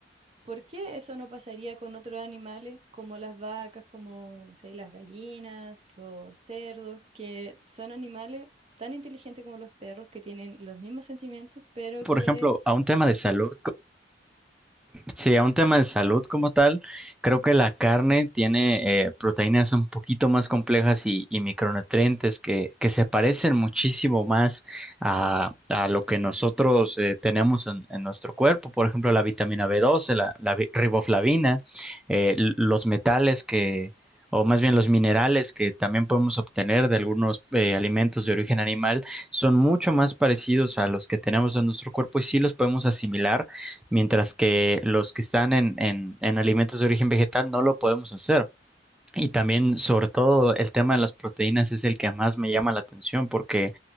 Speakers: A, on the right (about 35°); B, in the centre.
A: ¿por qué eso no pasaría con otros animales como las vacas, como, no sé, las gallinas, los cerdos, que son animales tan inteligentes como los perros, que tienen los mismos sentimientos, pero
B: Por
A: que...
B: ejemplo, a un tema de salud. Sí, a un tema de salud como tal, creo que la carne tiene eh, proteínas un poquito más complejas y, y micronutrientes que, que se parecen muchísimo más a, a lo que nosotros eh, tenemos en, en nuestro cuerpo. Por ejemplo, la vitamina B12, la, la vi- riboflavina, eh, l- los metales que, o más bien los minerales que también podemos obtener de algunos eh, alimentos de origen animal, son mucho más parecidos a los que tenemos en nuestro cuerpo y sí los podemos asimilar mientras que los que están en, en, en alimentos de origen vegetal no lo podemos hacer. Y también, sobre todo, el tema de las proteínas es el que más me llama la atención porque